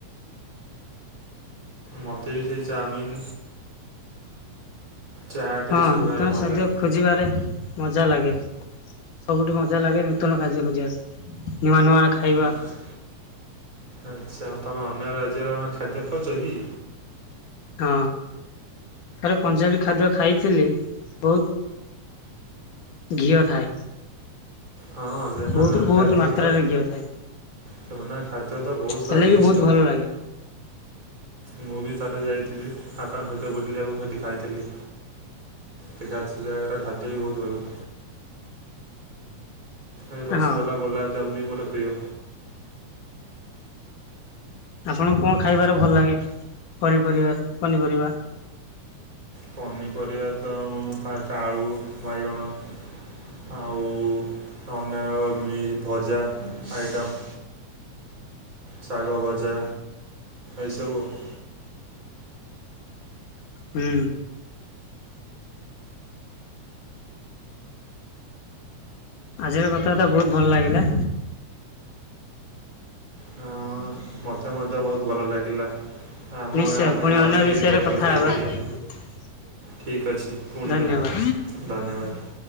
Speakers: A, on the right; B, on the left.
A: ମୋତେ ବି ସେଇ ଚାଉମିନ୍ ଚାଟ୍
B: ହଁ
A: ଏସବୁ
B: ନୂତନ
A: ଖାଇବାକୁ ଭଲ
B: ଶାଦ୍ୟ
A: ଲାଗେ
B: ଖୋଜିବାରେ ମଜା ଲାଗେ ସବୁଠୁ ମଜା ଲାଗେ ନୂତନ ଖାଦ୍ୟ ଖୋଜିବାକୁ। ନୂଆ ନୂଆ ଖାଇବା
A: ଆଛା ଆଛା ତମେ ଅନ୍ୟ ରାଜ୍ୟର କଣ ଖାଦ୍ୟ ଖାଉଛ କି?
B: ହଁ ଥରେ ପଞ୍ଜାବୀ ଖାଦ୍ୟ ଖାଇଥିଲି ବହୁତ ଘିଅ ଥାଏ
A: ହଁ ସେମାନଙ୍କ
B: ବହୁତରୁ ବହୁତ
A: ଖାଦ୍ୟ
B: ମାତ୍ରାରେ
A: ତ
B: ଘିଅ ଥାଏ।
A: ସେମାନଙ୍କ ଖାଦ୍ୟ ତ ବହୁତ ସ୍ଵାଦିଷ୍ଟ।
B: ହେଲେ ବି ବହୁତ ଭଲ ଲାଗେ
A: ମୁଁ ବି ଥରେ ଯାଇଥିଲି ବାପାଙ୍କ ସହିତ ବୁଲିବାକୁ ସେଠି ଯାଇଥିଲି। ସେଖା ସେ ଜାଗାର ଖାଦ୍ୟ ବି ବହୁତ ଭଲ। ଏ ରସଗୋଲା
B: ହଁ
A: ଗୋଲାପ ଯାମୁନ ବି ମୋର ପ୍ରିୟ।
B: ଆପଣଙ୍କୁ କଣ ଖାଇବାରେ ଭଲ ଲାଗେ ପନିପରିବାରେ ପନିପରିବା?
A: ପନିପରିବା ତ ମୁଁ ଫାଷ୍ଟ ଆଳୁ ବାଇଗଣ ଆଉ ଅନ୍ୟାନ୍ୟ ଭଜା ଆଇଟମ୍। ଶାଗ ଭଜା ଏଇସବୁ ଆଉ।
B: ହୁଁ। ଆଜିର କଥାବାର୍ତା ବହୁତ ଭଲ ଲାଗିଲା।
A: ହଁ ମୋତେ ମଧ୍ୟ ବହୁତ ଭଲ ଲାଗିଲା। ଆମ
B: ନିଶ୍ଚୟ
A: ଆମେ
B: ପୁଣି
A: ଆଉ
B: ଅନ୍ୟ
A: ଏ ଦି
B: ବିଷୟରେ
A: ଏଭଳି କଥା
B: ହେବା
A: ହେଇପାରିବା।
B: <inaudible>
A: ଠିକ୍ ଅଛି ପୁଣି
B: ଧନ୍ୟବାଦ।
A: ଦେଖାହବା ଧନ୍ୟବାଦ।